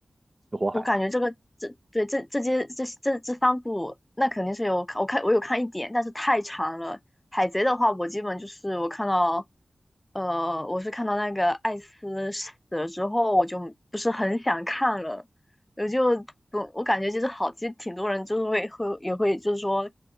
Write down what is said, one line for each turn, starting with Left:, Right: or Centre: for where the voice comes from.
Right: 死火海。
Left: 我感觉这个这对这这些这这这三部，那肯定是有看我看我有看一点，但是太长了。海贼的话，我基本就是我看到，呃，我是看到那个艾斯死了之后，我就不是很想看了，我就我我感觉就是好，其实挺多人就是会会也会就是说，